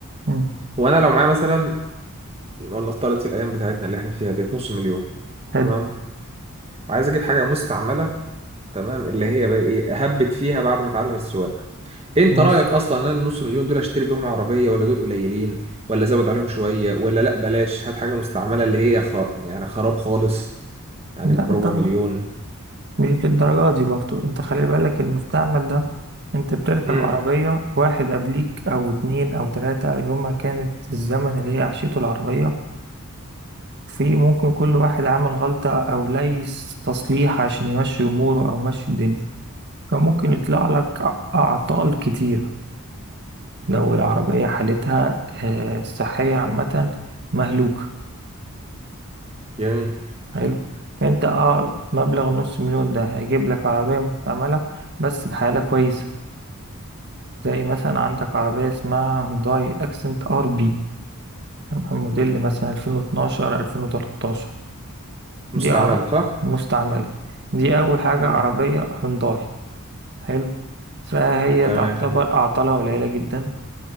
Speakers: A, on the right (about 50°); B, on the right (about 25°).
A: مم،
B: هو انا لو معايا مثلا ولا افترض في الايام بتاعتنا اللي احنا فيها ديت نص مليون
A: حلو
B: تمام وعايز اجيب حاجه مستعمله تمام اللي هي بقى ايه هبت فيها بعد ما اتعلم السواقه انت
A: ماشي
B: رايك اصلا ان انا النص مليون دول اشتري بيهم عربيه ولا دول قليلين ولا ازود عليهم شويه ولا لا بلاش هات حاجه مستعمله اللي هي خر... يعني خراب خالص يعني
A: لا
B: بربع
A: طبعا
B: مليون
A: مش للدرجة دي برضو انت خلي بالك المستعمل ده انت بتركب
B: امم
A: عربية واحد قبليك او اتنين او تلاتة يوم ما كانت الزمن اللي هي عشيته العربية في ممكن كل واحد عمل غلطة او ليس تصليح عشان يمشي اموره او يمشي الدنيا فممكن يطلع لك أع- أعطال كتيرة لو العربية حالتها آه، الصحية عامة مهلوكة
B: جميل
A: حلو فأنت اه مبلغ نص مليون ده هيجيب لك عربية مستعملة بس بحالة كويسة زي مثلا عندك عربية اسمها هونداي أكسنت ار بي تمام؟ موديل مثلا 2012 2013
B: مستعمله
A: دي عربية
B: صح
A: مستعملة دي أول حاجة
B: امم
A: عربية هونداي حلو فهي
B: تمام
A: تعتبر أعطالها قليلة جدا